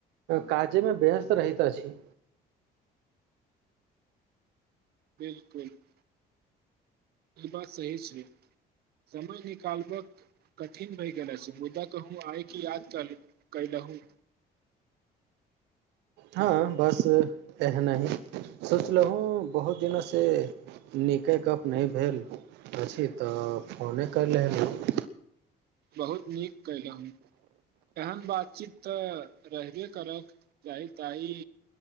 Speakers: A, on the right; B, on the right.
A: काजे मे व्यस्त रहैत अछि।
B: बिल्कूल ई बात सही छै समय निकालब कठिन भहि गेला सम मुदा कहूँ आय कि याद कर रहू
A: ह बस एहना ही सोचलहु बहुत दिनसँ नीके गप्प नहि भेल अछि तऽ फोने करि लेलहु
B: बहुत नीक कलहु। एहन बातचीत तऽ रहबे करक चाही ताहि